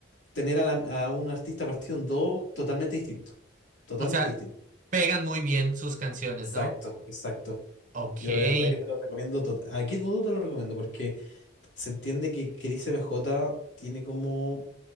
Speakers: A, on the left; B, on the right.
A: tener a, la- a un artista partido en dos totalmente distinto. Totalmente
B: O sea,
A: distinto.
B: pegan muy bien sus canciones,
A: Exacto,
B: ¿no?
A: exacto.
B: Ok.
A: Yo de verdad que te lo recomiendo. tot- A Kid Voodoo te lo recomiendo porque se entiende que Chris M J tiene como